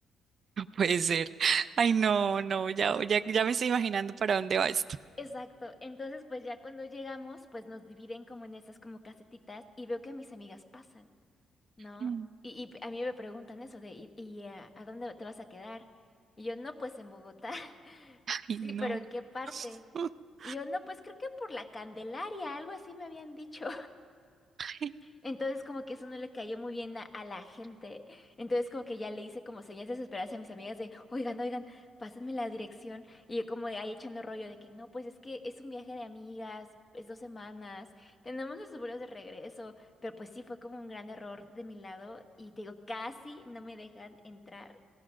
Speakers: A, on the right (about 50°); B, on the left (about 30°).
A: No puede ser. Ay, no, no, ya, ya, ya me estoy imaginando para dónde va esto.
B: Exacto. Entonces, pues ya cuando llegamos, pues nos dividen como en esas como casetitas y veo que a mis amigas pasan, ¿no?
A: Mm.
B: Y, y a mí me preguntan eso de, ¿y, y, eh, a dónde te vas a quedar? Y yo, no, pues en Bogotá. <laughs>
A: Ay,
B: Sí,
A: no.
B: pero ¿en qué parte?
A: <laughs>
B: Y yo, no, pues creo que por la Candelaria, algo así me habían dicho.
A: Ay,
B: Entonces como que eso no le cayó muy bien a, a la gente. Entonces como que ya le hice como señas desesperadas a mis amigas de, oigan, oigan, pásenme la dirección. Y yo como ahí echando rollo de que no, pues es que es un viaje de amigas, es dos semanas, tenemos los seguros de regreso. Pero pues sí, fue como un gran error de mi lado y te digo, casi no me dejan entrar.